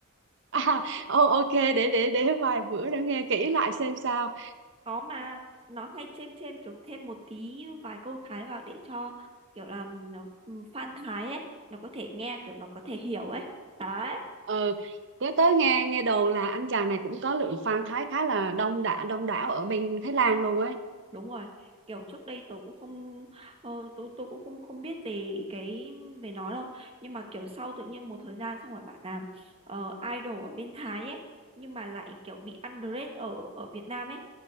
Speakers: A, on the right; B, on the right.
A: À, ô- ok để để để vài bữa nữa nghe kỹ lại xem sao.
B: có mà nó hay chêm chêm kiểu thêm một tí vài câu Thái vào để cho kiểu là nó ừ, fan Thái ấy nó có thể nghe kiểu nó có thể hiểu ấy đấy
A: ừ nhớ tới nghe nghe đồn là anh chàng này cũng có lượng fan Thái khá là đông đảo đông đảo ở bên Thái Lan luôn ấy
B: đúng rồi kiểu trước đây tôi cũng không ờ, tôi tôi cũng không không biết về cái về nó đâu nhưng mà kiểu sau tự nhiên một thời gian xong rồi bạn làm ờ, idol ở bên Thái ấy nhưng mà lại kiểu bị underrated ở ở Việt Nam ấy